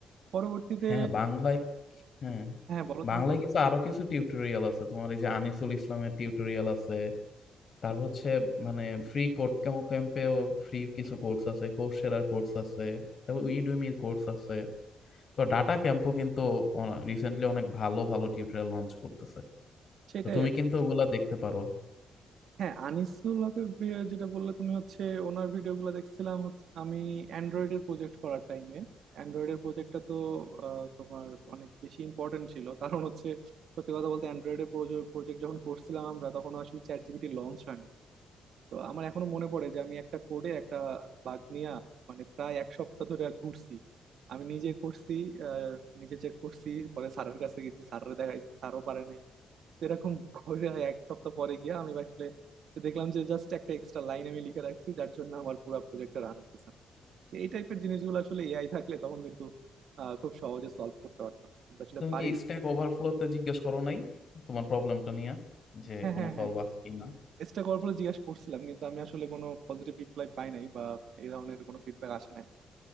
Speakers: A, on the right; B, on the left.
A: পরবর্তীতে
B: হ্যাঁ বাংলায় হ্যাঁ
A: হ্যাঁ বলো
B: বাংলায়
A: তুমি বলো
B: কিছু আরো কিছু টিউটোরিয়াল আছে তোমার এই যে আনিসুল ইসলামের টিউটোরিয়াল আছে তারপর হচ্ছে মানে ফ্রি কোড ক্যাম্পেও ফ্রি কিছু কোর্স আছে কোর্সেরার কোর্স আছে তারপর ইউডেমির কোর্স আছে তো ডাটা ক্যাম্পও কিন্তু রিসেন্টলি অনেক ভালো ভালো টিউটোরিয়াল লঞ্চ করতেছে
A: সেটাই
B: তো তুমি
A: আর
B: কিন্তু
A: কি।
B: ওগুলা দেখতে পারো
A: হ্যাঁ আনিসুল হকের বিয়ে যেটা বললে তুমি হচ্ছে ওনার ভিডিওগুলো দেখছিলাম হচ্ছে আমি অ্যান্ড্রয়েডের প্রজেক্ট করার টাইমে অ্যান্ড্রয়েডের প্রজেক্টটা তো আহ, তোমার অনেক বেশি ইম্পর্টেন্ট ছিল কারণ হচ্ছে সত্যি কথা বলতে অ্যান্ড্রয়েডের প্রজেক্ট যখন করছিলাম আমরা তখন আসলে চ্যাট জিপিটি লঞ্চ হয় নাই। তো আমার এখনো মনে পড়ে যে আমি একটা কোডে একটা বাগ নিয়ে মানে প্রায় এক সপ্তাহ ধরে ঘুরছি আমি নিজে করছি আহ, নিজে চেক করছি পরে স্যারের কাছে গেছি স্যারের দেখাইছি স্যারও পারে নাই তো এরকম করে এক সপ্তাহ পরে গিয়ে আমি আসলে দেখলাম যে জাস্ট একটা এক্সট্রা লাইন আমি লিখে রাখছি যার জন্য আমার পুরো প্রজেক্টটা রান হতেছে না তো এই টাইপের জিনিসগুলো আসলে এআই থাকলে তখন কিন্তু আহ, খুব সহজে সলভ করতে পারতাম কিন্তু আসলে
B: তুমি
A: পারি
B: কি
A: নাই
B: স্ট্যাক ওভারফ্লোতে জিজ্ঞেস করো নাই তোমার প্রবলেমটা নিয়ে যে
A: হ্যাঁ
B: কোনো
A: হ্যাঁ
B: সলভ
A: হ্যাঁ
B: আছে কিনা
A: চেষ্টা করার ফলে জিজ্ঞাসা করছিলাম কিন্তু আমি আসলে কোনো পজিটিভ রিপ্লাই পাই নাই বা এই ধরনের কোনো ফিডব্যাক আসে নাই